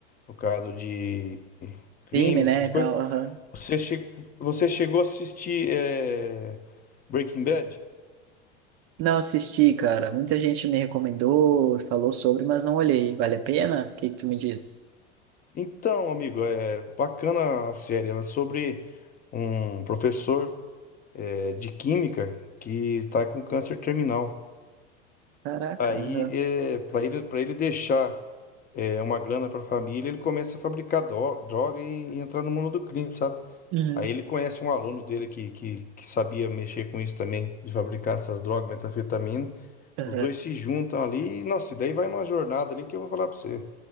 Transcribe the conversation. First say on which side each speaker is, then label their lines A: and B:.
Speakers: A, on the left; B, on the right.
A: no caso de crime,
B: Filme, né,
A: essas
B: e
A: coisas.
B: tal. aham.
A: Você, che, você chegou a assistir é, Breaking Bad?
B: Não assisti, cara. Muita gente me recomendou, falou sobre, mas não olhei. Vale a pena? O que que tu me diz?
A: Então, amigo, é bacana a série. Ela é sobre um professor é, de química que tá com câncer terminal.
B: Caraca,
A: Aí,
B: aham.
A: é, para ele, para ele deixar é, uma grana para a família, ele começa a fabricar dro- droga e, e entrar no mundo do crime, sabe?
B: Uhum,
A: Aí ele conhece um aluno dele que, que, que sabia mexer com isso também, de fabricar essas drogas, metanfetamina.
B: aham,
A: Os dois se juntam ali e, nossa, e daí vai numa jornada ali que eu vou falar pra você.